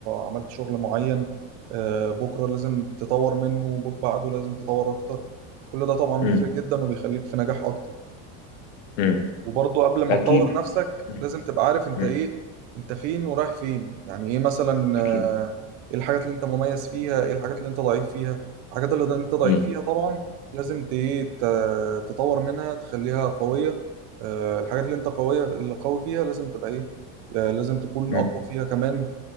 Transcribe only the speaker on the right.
عملت شغل معين آه، بكره لازم تطور منه وبعده لازم تطور اكتر كل ده طبعا
بيفرق جدا وبيخليك في نجاح اكتر
وبرضه قبل ما
تطور نفسك
لازم تبقى عارف انت
ايه انت فين ورايح فين يعني ايه مثلا
آه، ايه الحاجات اللي انت مميز فيها ايه الحاجات اللي انت ضعيف فيها الحاجات اللي انت ضعيف
فيها طبعا لازم ت- ايه ت- تطور منها تخليها قوية آه، الحاجات اللي انت قوية اللي قوي فيها لازم تبقى ايه آه، لازم تكون
اقوى فيها كمان